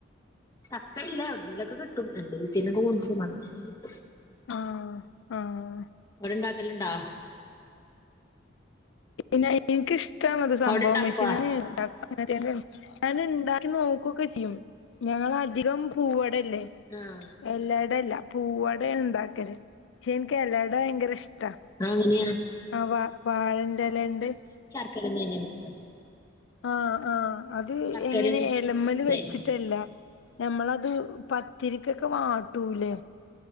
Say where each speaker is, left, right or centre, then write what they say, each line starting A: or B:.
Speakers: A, on the left; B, on the left.
A: ചക്ക ഇല്ല എവിടുന്നേലൊക്കെ കിട്ടും എന്റെ വീട്ടീ <unintelligible>
B: ആഹ് ആഹ്
A: അവിടെ ഉണ്ടാക്കലുണ്ടാ
B: പിന്നെ എനിക്കിഷ്ടം ആണത് സംഭവം
A: അവിടെ ഇണ്ടാക്കുവാ
B: പക്ഷേ ഞാൻ ഇണ്ടാക്കി <unintelligible> ഞാൻ ഇണ്ടാക്കി നോ ക്കുവൊക്കെ ചെയ്യും ഞങ്ങള് അധികം പൂവടയല്ലേ
A: ആഹ്
B: എലയട അല്ല പൂവടയാ ഉണ്ടാക്കല് പക്ഷെ എനിക്ക് എലയട ഭയങ്കര ഇഷ്ടവാ
A: അത് ഏങ്ങനെയാ
B: ആ വാ വാഴേന്റെ ഇല കൊണ്ട്
A: <unintelligible>
B: ആഹ് ആഹ് അത്
A: ശർക്കരേം
B: എങ്ങനെ എലമല്
A: തേങ്ങേ
B: വെച്ചിട്ടല്ല ഞമ്മളത് പത്തിരിക്കൊക്കെ വാട്ടൂല്ലേ